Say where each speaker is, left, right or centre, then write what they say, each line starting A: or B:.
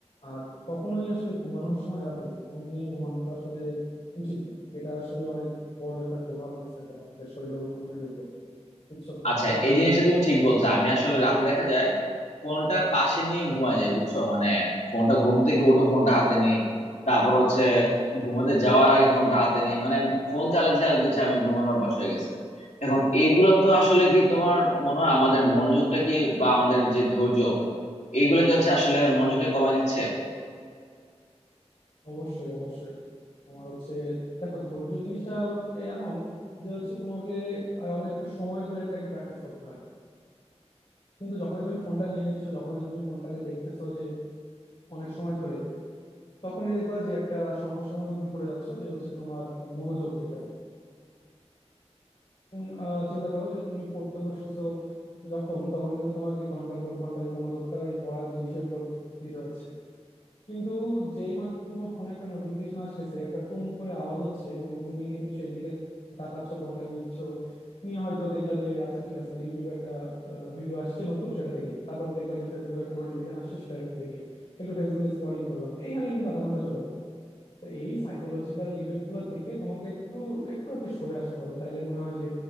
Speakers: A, on the left (about 55°); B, on the left (about 80°).
A: আর কখনোই আসলে ঘুমানোর সময় রাতে ফোন নিয়ে ঘুমানোটা আসলে উচিত না এটা আসলে অনেক বড় একটা প্রভাব বিস্তার করে আমাদের শরীর ও মনের উপর বুঝছো
B: আচ্ছা
A: তো এটা
B: এই
A: দেখো
B: জিনিসটা
A: একটু
B: তুমি ঠিক বলছো আমি আসলে রাতে দেখা যায় ফোনটা পাশে নিয়ে ঘুমায় যায় বুঝছো মানে ফোনটা ঘুম থেকে উঠে ফোনটা হাতে নেই তারপর হচ্ছে ঘুমাতে যাওয়ার আগে ফোনটা হাতে নেই মানে ফোন চালাতে চালাতে হচ্ছে আমি ঘুমানোর অভ্যাস হয়ে গেছে এখন এগুলো তো আসলে কি তোমার মনে হয় আমাদের মনোযোগটা কি বা আমাদের যে ধৈর্য এইগুলো কি হচ্ছে আসলে মনোযোগটা কমায় দিচ্ছে
A: অবশ্যই অবশ্যই তোমার হচ্ছে দেখো ধৈর্য জিনিসটা এ- এমন যে হচ্ছে তোমাকে আহ, অনেকটা সময় ধরে এটাকে প্র্যাকটিস করতে হয় কিন্তু যখনই তুমি ফোনটা নিয়ে নিচ্ছ যখনই তুমি ফোনটাকে দেখতেছো যে অনেক সময় ধরে তখনই দেখবা যে একটা সমস্যার মধ্যে তুমি পড়ে যাচ্ছ যে হচ্ছে তোমার আহ, মনোযোগ যেটা উম, আহ, চিন্তা করো যে তুমি পড়তে বসতেছো যখন তখন কিন্তু তোমাকে ঘন্টার পর ঘন্টা ওই মনোযোগটা ওই পড়ার জিনিসের উপর দিতে হচ্ছে কিন্তু যেই মাত্র তোমার ফোনে একটা নোটিফিকেশন আসতেছে একটা টুং করে আওয়াজ হচ্ছে এবং তুমি কিন্তু সেদিকে তাকাচ্ছ ফোনটা নিচ্ছ নিয়ে হয়তো দেখলা যে আচ্ছা ঠিক আছে তাহলে ইউটিউবে একটা ভিডিও আসছে নতুন সেটা দেখি তারপর দেখলা যে ফেসবুকে একটা নোটিফিকেশন আসছে সেটা একটু দেখি একটু ফেসবুকে স্ক্রলিং করলাম এইখানে কিন্তু আধা ঘন্টা চলে গেল তো এই সাইকোলজিক্যাল ইফেক্ট গুলো থেকে তোমাকে একটু একটু আর কি সরে আসতে হবে তাইলে মনে হয় যে